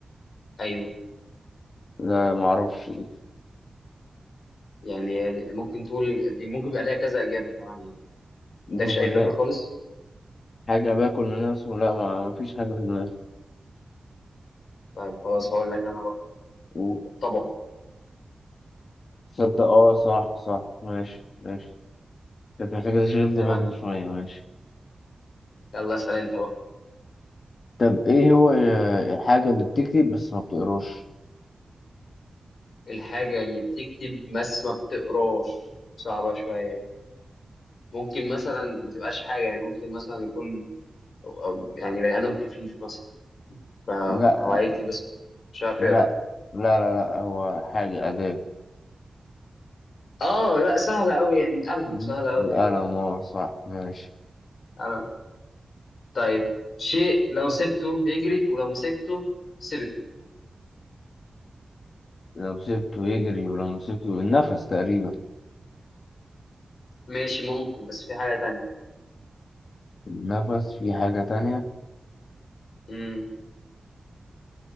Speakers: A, on the left (about 85°); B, on the left (about 65°).
A: ايوه
B: لا معرفش دي.
A: يعني ممكن تقول دي ممكن يبقى ليها كذا اجابة كمان يعني
B: ممكن
A: ما عندكش
B: يكون
A: اي فكرة
B: لا
A: خالص
B: حاجة باكل منها بس لا ما مفيش حاجة في دماغي
A: طيب خلاص هقول لك انا بقى
B: و-
A: الطبق
B: تصدق اه صح صح ماشي ماشي كانت محتاجة تشغيل دماغي
A: تمام
B: شوية ماشي
A: يلا اسأل انت بقى
B: طب ايه هو آه، الحاجة اللي بتكتب بس ما بتقراش؟
A: الحاجة اللي بتكتب بس ما بتقراش صعبة شوية ممكن مثلا ما تبقاش حاجة يعني ممكن مثلا يكون أو- أو يعني بني آدم كفيف مثلا فهو
B: لا
A: هيكتب بس مش عارف
B: لا
A: يقرا
B: لا لا لا هو حاجة أداة
A: اه لا سهلة أوي يعني القلم
B: مم.
A: سهلة أوي
B: القلم
A: أوي
B: اه صح ماشي
A: أنا طيب شيء لو سبته يجري ولو مسكته سبت
B: لو سبته يجري ولو مسكته النفس تقريبا
A: ماشي ممكن بس في حاجة تانية
B: النفس في حاجة تانية
A: امم